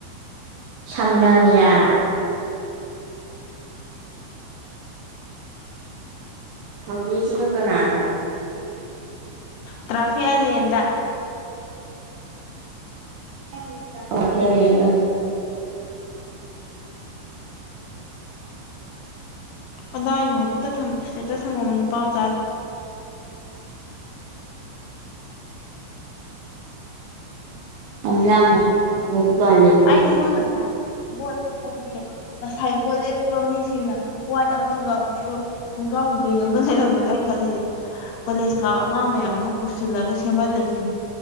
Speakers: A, on the right (about 75°); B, on the left (about 75°).
A: ꯁꯃꯤꯅꯥ ꯃꯤꯔꯥꯂ ꯍꯪꯗꯣꯏꯁꯤ ꯀꯅꯗꯥ
B: ꯇꯥꯔꯒꯤꯛ ꯑꯥꯏꯂꯦꯟꯗ
A: <unintelligible>
B: ꯑꯗꯥ ꯑꯩꯅ ꯍꯧꯖꯤꯛꯇ ꯏꯁꯇꯦꯠꯇ ꯊꯝꯃꯝꯕ ꯅꯨꯄꯥ ꯃꯆꯥ
A: ꯁꯝꯂꯥꯡ ꯃꯣꯇꯨꯄꯥꯜ ꯂꯩꯃꯤꯟꯅꯁꯤ
B: ꯑꯩꯗꯤ ꯃꯣꯏ ꯉꯥꯁꯥꯌ ꯕꯣꯇ ꯂꯦꯞꯞ ꯃꯤꯒꯤ꯫ ꯉꯑꯁꯥꯏ ꯕꯣꯇꯂꯦꯞ ꯆꯠꯄ ꯃꯤꯁꯤꯡꯅ ꯍ꯭ꯋꯥꯏꯠ ꯑꯃꯒ ꯈꯣꯡꯒꯥꯎ ꯒ꯭ꯔꯤ ꯑꯃꯒ ꯂꯩꯔꯝꯕꯗ ꯑꯩꯅꯅ ꯈꯜꯂꯤꯁꯦ꯫ ꯀꯣꯂꯦꯖ ꯀꯥꯎꯕ ꯑꯉꯥꯡ ꯃꯌꯥꯝ ꯑꯃ ꯀꯧꯁꯤꯜꯂꯒ ꯁꯦꯝꯍꯜꯂꯦꯁꯤꯅꯤ꯫